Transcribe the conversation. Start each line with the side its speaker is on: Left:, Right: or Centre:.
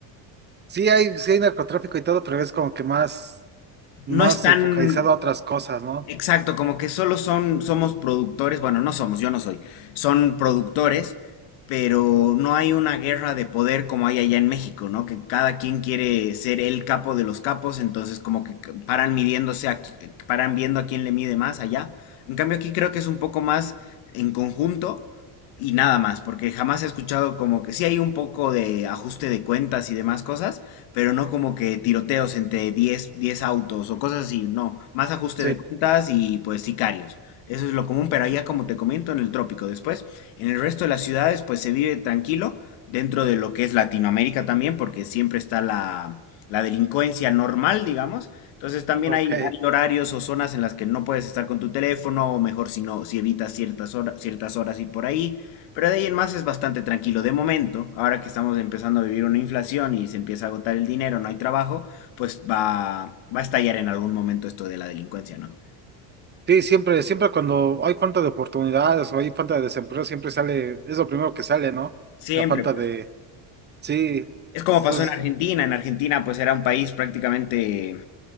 Right: sí hay, sí hay narcotráfico y todo, pero es como que más, más
Left: no es tan
Right: enfocalizado a otras cosas, ¿no?
Left: exacto, como que solo son, somos productores, bueno, no somos, yo no soy, son productores, pero no hay una guerra de poder como hay allá en México, ¿no? Que cada quien quiere ser el capo de los capos, entonces como que c- paran midiéndose, a qui- paran viendo a quién le mide más allá. En cambio aquí creo que es un poco más en conjunto y nada más, porque jamás he escuchado como que sí hay un poco de ajuste de cuentas y demás cosas pero no como que tiroteos entre diez diez autos o cosas así, no, más ajuste
Right: Sí,
Left: de cuentas y pues sicarios. Eso es lo común, pero allá como te comento en el trópico después, en el resto de las ciudades pues se vive tranquilo dentro de lo que es Latinoamérica también, porque siempre está la, la delincuencia normal, digamos. Entonces también
Right: ok.
Left: hay, hay horarios o zonas en las que no puedes estar con tu teléfono, o mejor si no, si evitas ciertas horas, ciertas horas y por ahí. Pero de ahí en más es bastante tranquilo. De momento, ahora que estamos empezando a vivir una inflación y se empieza a agotar el dinero, no hay trabajo, pues va, va a estallar en algún momento esto de la delincuencia, ¿no?
Right: Sí, siempre, siempre cuando hay falta de oportunidades o hay falta de desempleo, siempre sale, es lo primero que sale, ¿no?
Left: Siempre,
Right: La falta
Left: pues.
Right: de, sí,
Left: Es como
Right: eso
Left: pasó
Right: es-
Left: en Argentina. En Argentina, pues era un país prácticamente